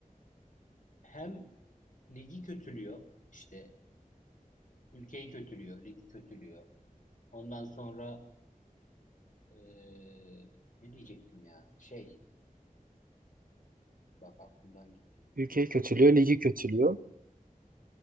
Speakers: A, on the left (about 65°); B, on the right (about 80°).
A: hem ligi kötülüyor, işte ülkeyi kötülüyor, ligi kötülüyor. Ondan sonra Ee, ne diyecektim ya? Şey, bak aklımdan gitti.
B: Ülkeyi kötülüyor, ligi kötülüyor.